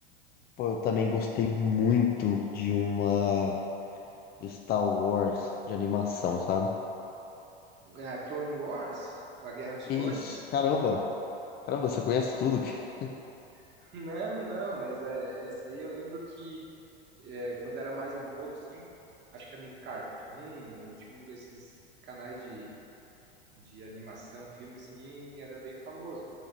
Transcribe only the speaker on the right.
Ah, Clone Wars? A Guerra dos Clones?
<laughs> Não, não, mas é- essa aí eu lembro que é, quando era mais novo, assim, acho que era no Cartoon, ou tinha um desses canais de, de animação, filme, assim, era bem famoso.